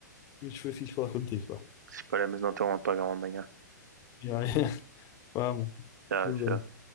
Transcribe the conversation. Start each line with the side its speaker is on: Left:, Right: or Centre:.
Left: Mas foi fixe falar contigo, vá.
Right: Esperamos não ter um apagão amanhã.
Left: Yeah, <laughs> Vá, mano.
Right: Tchau,
Left: Tudo
Right: tchau.
Left: bem.